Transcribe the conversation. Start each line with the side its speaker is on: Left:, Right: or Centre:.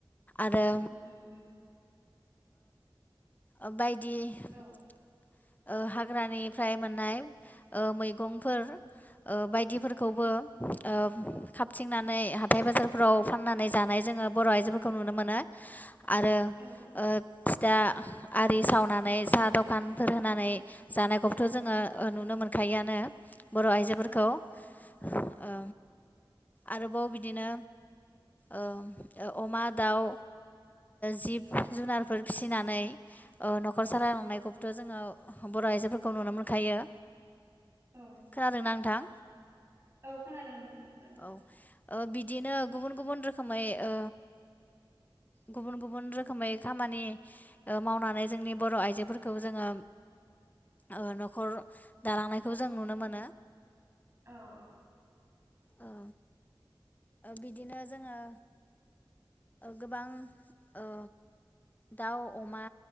Left: आरो
Right: उम उम
Left: आ बायदि <unintelligible>
Right: औ
Left: ओ हाग्रानिफ्राय मोननाय ओ मैगंफोर ओ बायदिफोरखौबो ओ खाबथिंनानै हाथाइ बाजारफोराव फाननानै जानाय जोङो बर' आइजोफोरखौ नुनो मोनो आरो
Right: औ
Left: ओ था आरि सावनानै साहा दखान फोर होनानै जानायखौथ' जोङो नुनो मोनखायो आनो बर' आइजोफोरखौ
Right: औ
Left: ओ आरोबाव बिदिनो ओ अमा दाउ जिब जुनारफोर फिसि फिनानै ओ न'खर सालायलांनायखौ थ' जोङो बर' आइजोफोरखौ नुनो मोनखायो
Right: औ
Left: खोनादोंना नोंथां
Right: औ खोनादों नोंथां खोनादों
Left: औ ओ बिदिनो गुबुन गुबुन रोखोमै ओ गुबुन गुबुन रोखोमै खामानि ओ मावनानै जोंनि बर' आइजोफोरखौ खौ जोङो ओ न'खर दालांनाय खौ जों नुनो मोनो
Right: औ औ
Left: ओ बिदिनो जोङो गोबां ओ दाउ अमा